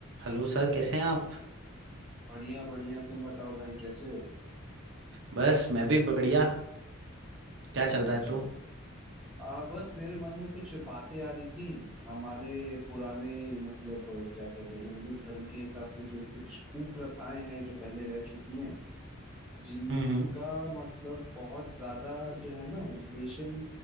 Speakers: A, on the right (about 60°); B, in the centre.
A: Hello sir कैसे हैं आप
B: बढ़िया बढ़िया तुम बताओ भाई कैसे हो
A: बस मैं भी बढ़िया क्या
B: अच्छा
A: चल रहा
B: अच्छा
A: है तो
B: आ, बस मेरे मन में कुछ बातें आ रही थी हमारे पुराने मतलब क्या कहते हैं हिंदू धर्म के हिसाब से जो कुछ कुप्रथाएं हैं जो पहले रह चुकी हैं जिनका
A: हम्म हम्म
B: मतलब बहुत ज्यादा जो है ना रिलेशन